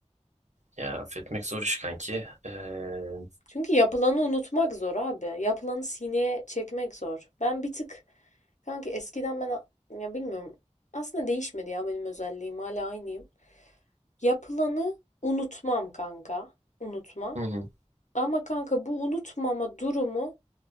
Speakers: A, on the right (about 75°); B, on the left (about 85°).
A: Ya affetmek zor iş kanki. Ee,
B: Çünkü yapılanı unutmak zor abi. Yapılanı sineye çekmek zor. Ben bir tık kanka eskiden ben a- ya bilmiyorum aslında değişmedi ya benim özelliğim hala aynıyım. Yapılanı unutmam kanka unutmam.
A: hı hı,
B: Ama kanka bu unutmama durumu